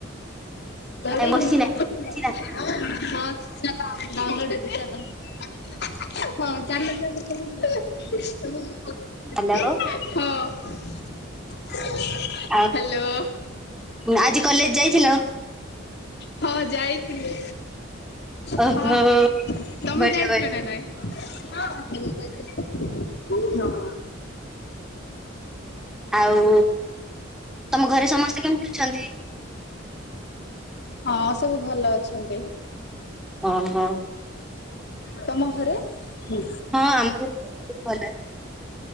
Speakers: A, on the left; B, in the centre.
A: <unintelligible>
B: ବସି ନାହିଁ ବସି ନାହିଁ।
A: <unintelligible> ହଁ <unintelligible> ହଁ
B: ହ୍ୟାଲୋ
A: ହ୍ୟାଲୋ।
B: ଆଉ ଆଜି କଲେଜ ଯାଇଥିଲ?
A: ହଁ ଯାଇଥିଲି।
B: ଓହୋ
A: ହଁ ତମେ
B: ବଢିଆ
A: ଯାଇଥିଲ ନା ନାଇଁ? ହଁ ମୁଁ ଯାଇଥିଲି କୋଉ ଦିନ?
B: ଆଉ ତମ ଘରେ ସମସ୍ତେ କେମିତି ଅଛନ୍ତି?
A: ହଁ ସବୁ ଭଲ ଅଛନ୍ତି।
B: ଓହୋ।
A: ତମ ଘରେ ହୁଁ।
B: ହଁ ଆମର ସବୁ ଭଲ